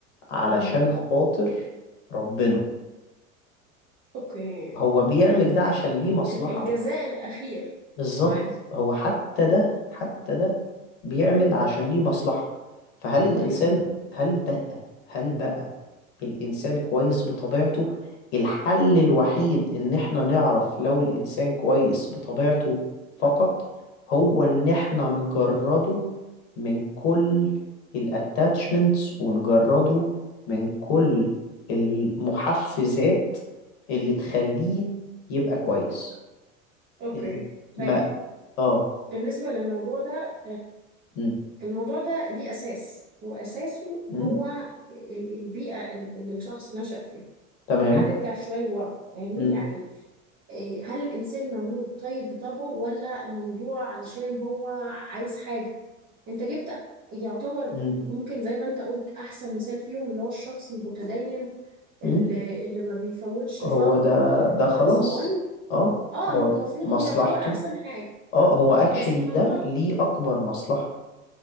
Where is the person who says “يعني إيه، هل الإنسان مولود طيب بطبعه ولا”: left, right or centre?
Right